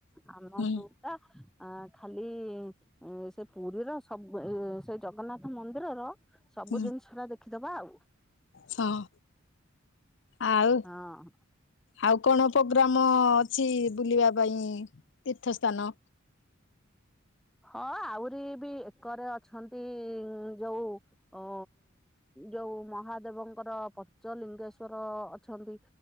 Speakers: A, in the centre; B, on the left.
A: ଆମ
B: ହୁଁ
A: ଗ୍ରୁପ ଟା। ଆ ଖାଲି। ଏ ସେ ପୁରୀର ସ ସବୁ ଏ ସେ ଜଗନ୍ନାଥ ମନ୍ଦିର ର ର। ସବୁ
B: ହୁଁ
A: ଜିନିଷ ଟା ଦେଖ ରଖିଦବା ଆଉ
B: ହଁ। ଆଉ ଆଉ,
A: ହଁ
B: ଆଉ କଣ ପୋଗ୍ରାମ ଅଛି ବୁଲିବା ପାଇଁ ତୀର୍ଥ ସ୍ଥାନ?
A: ହଁ ଆହୁରି ବି ଏକରେ ଅଛନ୍ତି ଯଉ ଅ ଯୋଉ ମହାଦେବଙ୍କର ପଞ୍ଚଲିଙ୍ଗେଶ୍ଵର ଅଛନ୍ତି।